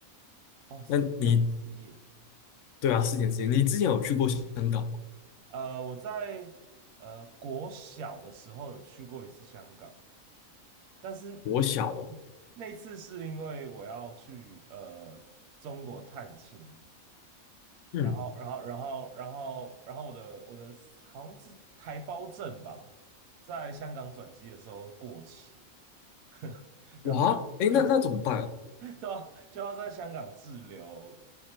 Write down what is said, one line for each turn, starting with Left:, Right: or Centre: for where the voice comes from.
Right: 哦，四天四夜。
Left: 那你对啊，四天四夜。你之前有去过香港吗？
Right: 呃，我在呃国小的时候有去过一次香港，但是嗯
Left: 我小哦，
Right: <laughs> 那次是因为我要去呃中国探亲，
Left: 嗯，
Right: 然后然后然后然后然后我的我的好像是台胞证吧，在香港转机的时候过期，<laughs> 然后。
Left: 哇，哎，
Right: 就。
Left: 那那怎么办啊？
Right: <laughs> 对啊，就要在香港滞留